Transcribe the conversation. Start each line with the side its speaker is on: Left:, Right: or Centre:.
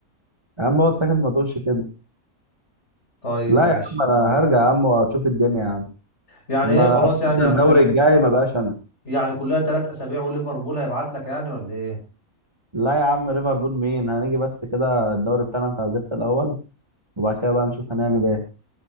Right: يا عم اقعد ساكت ما تقولش كده
Left: طيب
Right: لا
Left: ماشي
Right: يا عم انا هرجع يا عم واشوف الدنيا يا عم
Left: يعني
Right: لما
Left: ايه خلاص يعني
Right: كسبنا
Left: يعني
Right: الدوري
Left: كل
Right: <laughs> الجاي ما بقاش انا
Left: يعني كلها ثلاث اسابيع وليفربول هيبعت لك يعني ولا ايه
Right: لا يا عم ليفربول مين هنيجي بس كده الدوري بتاعنا انت عزفت الاول وبعد كده بقى نشوف هنعمل ايه